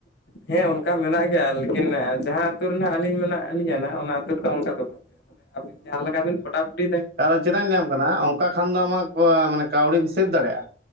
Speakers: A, on the left (about 60°); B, on the right (about 60°).
A: ᱦᱮᱸ ᱚᱱᱠᱟ ᱢᱮᱱᱟᱜ ᱜᱮᱭᱟ ᱞᱮᱠᱤᱱ ᱮ ᱡᱟᱦᱟᱸ ᱟᱹᱛᱩ ᱨᱮᱱᱟᱜ ᱟᱹᱞᱤᱧ ᱢᱮᱱᱟᱜ ᱞᱤᱧᱟᱹ ᱱᱟ ᱚᱱᱟ ᱟᱹᱛᱩ ᱨᱮᱫᱚ ᱚᱱᱠᱟ ᱫᱚ ᱵᱟᱝ ᱾ ᱡᱟᱦᱟᱸ ᱞᱮᱠᱟ ᱵᱤᱱ ᱯᱚᱴᱟ ᱯᱩᱴᱤᱭ ᱫᱟᱼᱼ
B: ᱠᱟᱨᱚ ᱪᱮᱫᱟᱜ ᱤᱧ ᱞᱟᱹᱭᱟᱢ ᱠᱟᱱᱟ ᱚᱝᱠᱟ ᱠᱷᱟᱱ ᱫᱚ ᱟᱢᱟᱜ ᱠᱚᱣᱟ ᱢᱟᱱᱮ ᱠᱟᱣᱰᱤᱢ ᱥᱮᱵᱷ ᱫᱟᱲᱮᱜ-ᱟ᱾